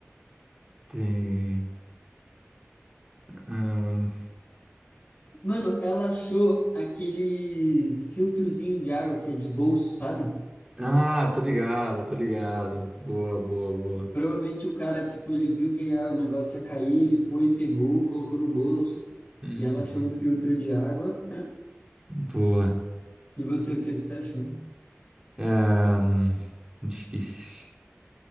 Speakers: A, on the right (about 15°); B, on the left (about 35°).
A: Tem. hum,
B: Mano, ela achou aqueles filtrozinho de água que é de bolso, sabe?
A: Ah, tô ligado, tô ligado. Boa, boa, boa.
B: Provavelmente o cara, tipo, ele viu que ah, o negócio ia cair, ele foi, pegou, colocou no bolso,
A: Uhum.
B: e ela achou um filtro de água.
A: Boa.
B: E você, o que você achou?
A: É, hum, Difícil.